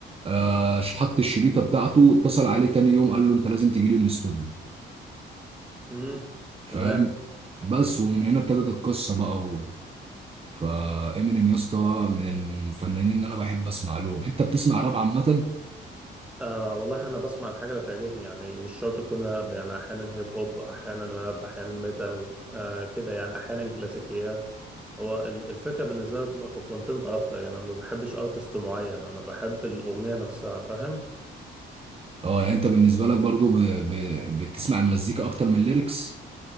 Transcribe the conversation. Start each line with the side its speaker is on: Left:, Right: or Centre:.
Right: آه حط الشريطة بتاعته اتصل عليه تاني يوم قال له انت لازم تجي لي الاستوديو
Centre: امم
Right: فاهم
Centre: تمام
Right: بس ومن هنا ابتدت القصه بقى و... فامينيم يا اسطى من الفنانين اللي انا بحب اسمع لهم انت بتسمع راب عامه
Centre: آه والله أنا بسمع الحاجة اللي تعجبني يعني مش شرط أكون راب يعني أحيانا هيب هوب أحيانا راب أحيانا ميتال آه كده يعني أحيانا كلاسيكيات هو ال- الفكرة بالنسبة لي بتبقى في الكونتنت أكتر يعني أنا ما بحبش أرتست معين أنا بحب الأغنية نفسها فاهم
Right: اه يعني انت بالنسبه لك برضو ب... ب... بتسمع المزيكا اكتر من الليركس